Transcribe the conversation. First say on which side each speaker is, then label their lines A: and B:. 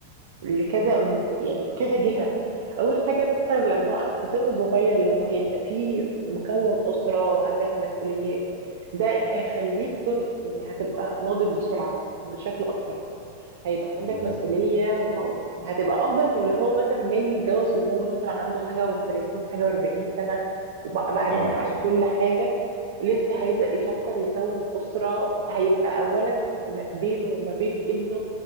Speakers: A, on the right; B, on the right.
A: لكذا من يعني في كذا جهة أول حاجة إن أنت لما في سن صغير لما هيبقى فيه مكون أسرة وعندك مسؤوليات ده أنت هيخليك تن... يعني هتبقى ناضج بسرعة بشكل أكتر هيبقى عندك
B: مهم.
A: مسؤولية وهو- وهتبقى أفضل من اللي هو مثلا جاي يتجوز وهو مثلا عنده حاجة و30 حاجة و40 سنة وبعد
B: طبعا
A: ما عاش
B: طبعا
A: كل حاجة لسه هيبدأ يفكر يكون أسرة هيبقى أولا م- بينه وما بين ابنه